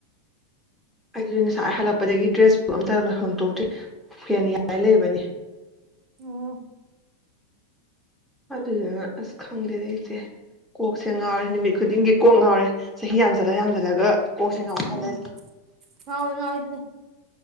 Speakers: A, in the centre; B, on the right (about 30°).
A: ꯑꯩꯁꯨ ꯅꯁꯥꯏ ꯍꯜꯂꯛꯄꯗꯒꯤ ꯗ꯭ꯔꯦꯁꯄꯨ ꯑꯝꯇ ꯂꯣꯏꯍꯣꯡꯗꯣꯛꯇ꯭ꯔꯤ ꯍꯦꯟ ꯌꯥꯏ ꯂꯩꯕꯅꯤ
B: ꯑꯣꯝ
A: ꯑꯗꯨꯗꯨꯅ ꯑꯁ ꯈꯪꯗꯦꯗ ꯏꯆꯦ ꯀꯣꯛꯁꯦ ꯉꯥꯎꯔꯦ ꯅꯨꯃꯤꯠ ꯈꯨꯗꯤꯡꯒꯤ ꯀꯣꯛ ꯉꯥꯎꯔꯦ ꯆꯍꯤ ꯌꯥꯝ ꯆꯠꯂ ꯌꯥꯝꯁꯤꯜꯂꯒ ꯀꯣꯛꯁ ꯉꯈꯜꯂ
B: ꯎꯝ ꯉꯥꯎꯋꯦ ꯉꯥꯎꯋꯦ ꯑꯗꯨꯅꯦ